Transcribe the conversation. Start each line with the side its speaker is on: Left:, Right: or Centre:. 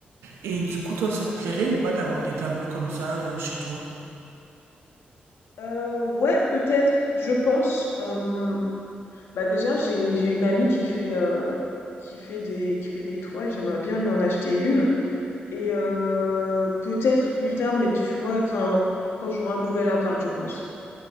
Right: Et du coup, toi, ça te plairait ou pas d'avoir des tableaux comme ça euh, chez toi
Left: Euh, ouais, peut-être, je pense. euh, bah déjà, j'ai, j'ai une amie qui fait, euh, qui fait des, qui fait des toiles. J'aimerais bien lui en acheter une. Et euh, peut-être plus tard, mais tu vois, enfin, quand j'aurai un nouvel appart, je pense.